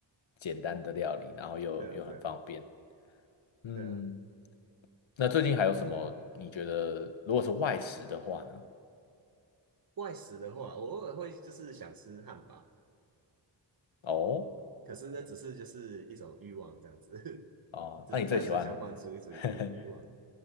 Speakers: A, on the left; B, on the right.
A: 简单的料理，然后又又很方便。
B: 对啊对啊
A: 嗯，
B: 对啊。
A: 那最近还有什么？你觉得如果是外食的话呢？
B: 外食的话，我偶尔会就是想吃汉堡，
A: 哦
B: 可是那只是就是一种欲望这样子，<laughs>
A: 哦，
B: 只是单纯想满足一种欲欲望。
A: 那你最喜欢？<laughs>